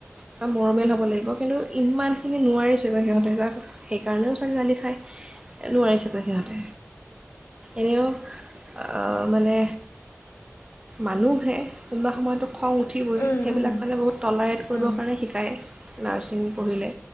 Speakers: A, on the right (about 20°); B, on the left (about 60°).
A: আৰু মৰমিয়াল হব লাগিব। কিন্তু ইমানখিনি নোৱাৰিছে বা সিহঁতে
B: উম
A: যাৰ সেইকাৰণেও ছোৱালী গালি খাই। নোৱাৰিছে তো সিহঁতে। এনেও অ' মানে মানুহহে কোনবা সময়তো খং উঠিবই
B: উম
A: সেইবিলাক
B: উম
A: মানে বহুত টলাৰেট কৰিবৰ
B: উম
A: কাৰণে শিকায় নাৰ্ছিং পঢ়িলে